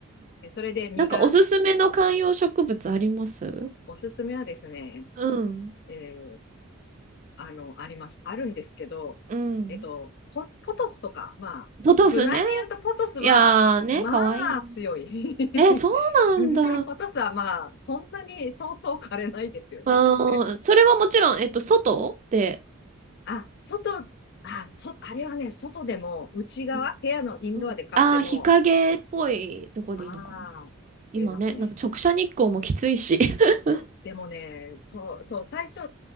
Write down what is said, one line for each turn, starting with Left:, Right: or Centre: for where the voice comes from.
Left: で、それで実が、
Right: なんか、おすすめの観葉植物あります
Left: おすすめはですね、
Right: うん。
Left: えあの、あります。あるんですけど、
Right: うん。
Left: えっと、ポ、ポトスとか、まあ、
Right: ポトスね。
Left: 無難に言うとポトスは、
Right: いやーね、
Left: まあ、
Right: かわいい。
Left: 強い。
Right: え、そうなんだ。
Left: <laughs> ポトスはまあ、そんなにそうそう枯れないですよね、
Right: うん、
Left: あれ。
Right: それはもちろん、えっと、外で、
Left: あ、外、あ、そ、あれはね、外でも、内側、
Right: うん。
Left: 部屋のインドアで買っても、
Right: うんああー、日陰っぽいとこでいいのかな。
Left: ああ、
Right: 今ね、
Left: 増えますね。
Right: なんか直射日光もきついし。<laughs>
Left: そう。でもね、そう、そう、最初、